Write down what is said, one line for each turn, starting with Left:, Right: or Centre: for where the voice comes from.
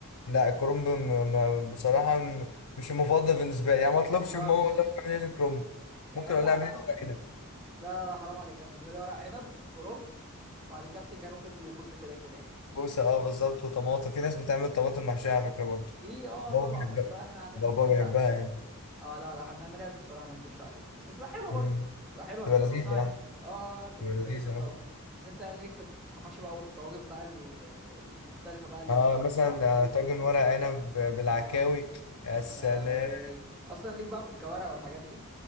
Left: لا الكرنب م- م- بصراحة م- مش المفضل بالنسبة لي يعني ما اطلبش
Centre: هزارش
Left: من ماما اقول لها اعملي لي كرنب
Centre: يا
Left: ممكن
Centre: جدع
Left: اقول لها اعملي
Centre: لا لا
Left: لي ورق عنب
Centre: لا لا، حرام عليك أنا بالنسبه لي ورق عنب كرنب بعد كده بتنجان وفلفل وكوسه كده كده يعني
Left: كوسة اه بالظبط وطماطم في ناس بتعمل طماطم محشية على فكرة برضه
Centre: في اه
Left: بابا
Centre: طبعا
Left: بيحبها
Centre: بس احنا عندنا
Left: بابا
Centre: في البيت
Left: بيحبها
Centre: لا يعني
Left: يعني
Centre: اه لا لا احنا ما بنعملهاش بصراحه ما اكدبش عليك بس بتبقى حلوه
Left: مم.
Centre: برضه بتبقى حلوه
Left: تبقى
Centre: انا جربتها
Left: لذيذة
Centre: يعني
Left: اه
Centre: اه بتبقى
Left: تبقى
Centre: جميله
Left: لذيذة
Centre: جدا طبعا
Left: اه
Centre: بس انت يعني ليك في المحاشي بقى والطواجن بقى ال- ال- المختلفه بقى اللي
Left: اه
Centre: بتشوفها
Left: مثلا
Centre: على الريلز
Left: آه، طاجن
Centre: دي
Left: ورق عنب بالعكاوي
Centre: اه
Left: يا سلام
Centre: يا لهوي اصلا ليك بقى في الكوارع والحاجات دي